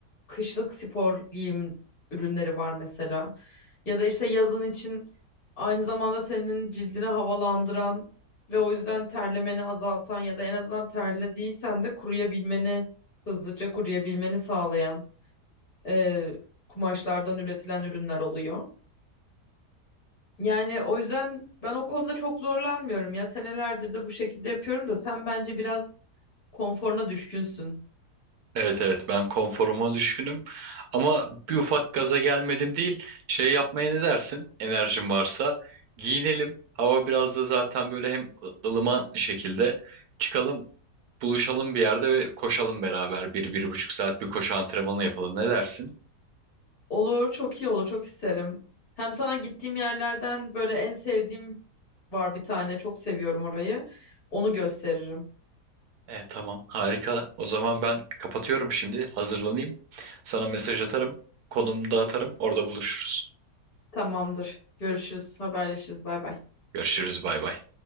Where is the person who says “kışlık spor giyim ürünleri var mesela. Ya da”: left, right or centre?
Left